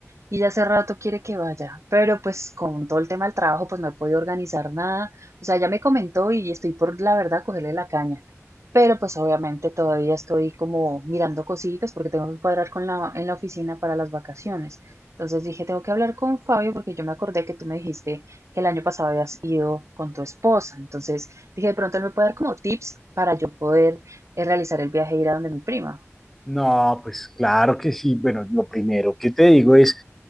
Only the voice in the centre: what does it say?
No, pues claro que sí. Bueno, lo primero que te digo es,